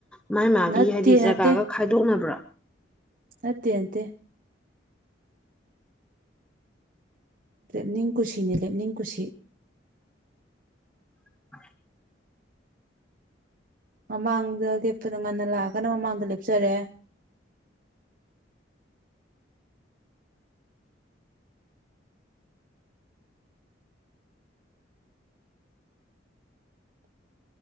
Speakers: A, in the centre; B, on the right.
A: ꯃꯥꯥꯏ ꯃꯥꯒꯤ
B: ꯅꯠꯇꯦ
A: ꯍꯥꯏꯗꯤ ꯖꯒꯥꯒ
B: ꯅꯠꯇꯦ
A: ꯈꯥꯏꯗꯣꯛꯅꯕ꯭ꯔꯣ
B: ꯅꯠꯇꯦ ꯅꯠꯇꯦ ꯂꯦꯞꯅꯤꯡ ꯀꯨꯁꯤꯅꯦ ꯂꯦꯞꯅꯤꯡ ꯀꯨꯁꯤ
A: <inaudible>
B: ꯃꯃꯥꯡꯗ ꯂꯦꯞꯄꯗ ꯉꯟꯅ ꯂꯥꯛꯑꯒꯅ ꯃꯃꯥꯡꯗ ꯂꯦꯞꯆꯔꯦ